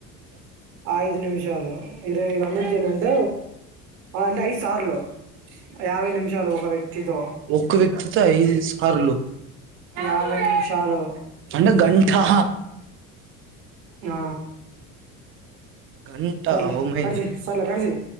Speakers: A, on the right; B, on the right.
A: ఐదు నిమిషాలు ఇరు అబేడ్ జిల్ అంత అంటే ఐదు సార్లు యాభై నిమిషాలు ఒక వ్యక్తితో
B: ఒ వ్యక్తితో ఐదు సార్లో
A: యాభై నిమిషాలు
B: అండగంఠా
A: ఆ
B: గంట
A: సర్లే
B: ఉ మయ
A: కట్సేయ్ సర్లే కట్సేయ్